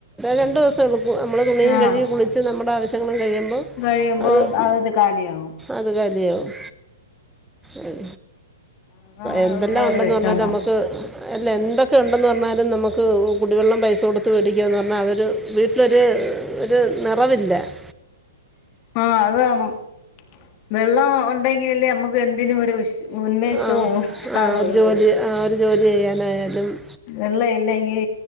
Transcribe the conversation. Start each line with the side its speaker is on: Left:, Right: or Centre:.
Centre: രണ്ടൂസ <unintelligible> മു നമ്മളെ തുണിയും
Left: ആഹ്
Centre: കഴുകി കുളിച്ച് നമ്മുടെ ആവശ്യങ്ങളും കഴിയുമ്പം
Left: കഴിയുമ്പോ
Centre: അത്
Left: കാലിയാവും
Centre: അത് കാലിയാവും അഹ്.
Left: അതാ
Centre: എന്തെല്ലാം
Left: ഉള്ള
Centre: ഉണ്ടെന്ന്
Left: ഒരു വിഷമം
Centre: പറഞ്ഞാലും നമുക്ക് അല്ലെ എന്തൊക്കെ ഉണ്ടെന്ന് പറഞ്ഞാലും നമുക്ക് കുടിവെള്ളം പൈസ കൊടുത്ത് വേടിക്ക്യാന്ന് പറഞ്ഞാ അതൊരു വീട്ടിലൊരു ഒര് നെറവില്ല. <inaudible>
Left: ആഹ് അതാണ്. വെള്ളം ഉണ്ടെങ്കിലല്ലേ തെന്തിനും ഒരു ഉശ് ഉന്മേഷവും
Centre: ആ ആ,
Left: ഉഷാറു
Centre: ആ ഒരു
Left: ഒള്ളൂ.
Centre: ജോലി ആ ഒരു ജോലി ചെയ്യാനായാലും
Left: വെള്ള ഇല്ലങ്കി